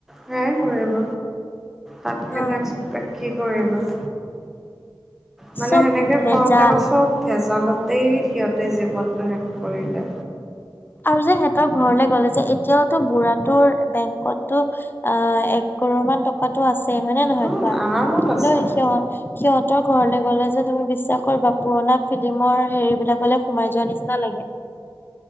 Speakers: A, in the centre; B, on the left (about 25°).
A: সেয় কৰিব, তাতকে
B: অ
A: এক্সপেকট কি কৰিবা। মানে
B: চব
A: সেনেকে
B: ভেজাল
A: কওঁতে চব ভেজালতেই সিহঁতে জীৱনটো শেষ কৰিলে।
B: আৰু যে সিহতৰ ঘৰলে গ'লে যে, এতিয়াওতো বুঢ়াটোৰ বেংকতটো- অঁ এক কৰৰ মান টকাটো আছে, হয় নে নহয়
A: উম,
B: কোৱা,
A: আৰামত
B: কিন্তু
A: আছে
B: সি- সিহঁতৰ ঘৰলে গ'লে যে তুমি বিশ্বাস কৰিবা পূৰণা ফিল্মৰ হেৰি বিলাকলে- সোমাই যোৱা নিচিনা লাগে।